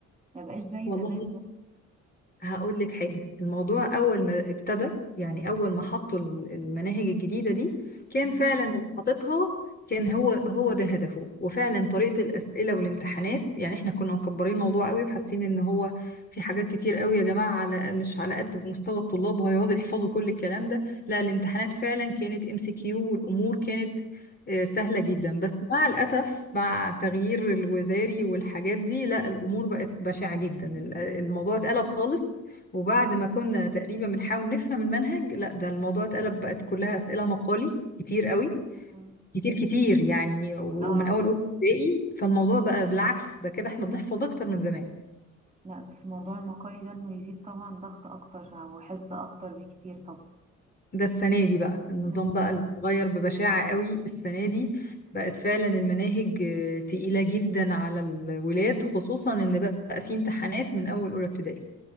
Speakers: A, on the right; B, on the left.
A: ما بقاش زي
B: والله
A: زمان
B: هقول لك حاجة الموضوع أول ما ابتدى يعني أول ما حطوا ال- المناهج الجديدة دي كان
A: امم
B: فعلا اللي حاططها كان هو هو ده هدفه وفعلا
A: امم
B: طريقة الأسئلة والامتحانات يعني احنا كنا مكبرين الموضوع قوي وحاسين ان هو في حاجات كتير قوي يا جماعة على مش على قد مستوى الطلاب وهيقعدوا يحفظوا كل الكلام ده لا الامتحانات فعلا كانت ام سي كيو والأمور كانت آه، سهلة
A: امم
B: جدا بس مع الأسف مع تغيير الوزاري والحاجات دي لا الأمور بقت بشعة جدا ال- الموضوع اتقلب خالص وبعد ما كنا تقريبا بنحاول نفهم المنهج لا ده الموضوع اتقلب بقت كلها أسئلة مقالي كتير قوي
A: أمم.
B: كتير كتير يعني و-
A: اه
B: ومن أول أولى ابتدائي فالموضوع بقى بالعكس ده كده احنا بنحفظ أكتر من زمان
A: لا بس موضوع المقالي ده انه يزيد طبعا ضغط اكتر وحفظ اكتر بكتير طبعا
B: ده السنة دي بقى النظام
A: امم
B: بقى اللي اتغير ببشاعة قوي السنة دي
A: امم أمم.
B: بقت فعلا المناهج آه، تقيلة جدا على الولاد خصوصا ان بقى في امتحانات من اول اولى ابتدائي